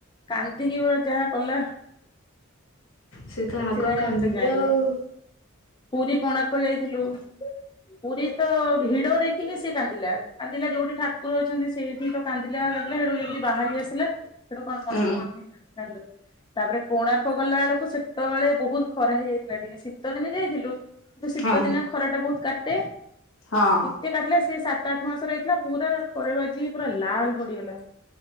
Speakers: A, on the left (about 25°); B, on the left (about 80°).
A: କାନ୍ଦିକି ପୁରା ଯାହା କଲା। ସେଥି
B: ସେ ତ ଆଗ
A: ପାଇଁ
B: କାନ୍ଦିବେ
A: ଏତେ ଜାଏନି।
B: ଆଉ।
A: ପୁରୀ କୋଣାର୍କ ଯାଇଥିଲୁ। ପୁରୀ ତ ଭିଡ ଦେ ଖିକିି ସେ କାନ୍ଦିଲା କାନ୍ଦିଲା ଯୋଉଠି ଠାକୁର ଅଛନ୍ତି ସେଇଠି ତ କାନ୍ଦିଲା କାନ୍ଦିଲା ସେଠୁ ଯେମିତି ବାହାରି ଆସିଲା ସେଠୁ କଣ ମନକୁ
B: ହଁ
A: ମନେଇ ଚାଲିଲୁ। ତାପରେ କୋଣାର୍କ ର୍କ ଗଲା ବେଳକୁ ସେତେବେଳେ ବୋହୁତ ଖରା ହେଇଯାଇଥିଲା ଟିକେ ଶୀତ ଦିନ ଯାଇଥିଲୁ କିନ୍ତୁ ଶୀତ
B: ହଁ
A: ଦିନେ ଖରା ଟା ବୋହୁତ କାଟେ।
B: ହଁ
A: ଏତେ କାଟିଲା ସେ ସାତ ଆଠ ମାସରେ ହେଇଥିଲା ପୁରା ଖରା ବାଜିକି ପୁରା ଲାଲ ପଡିଗଲା।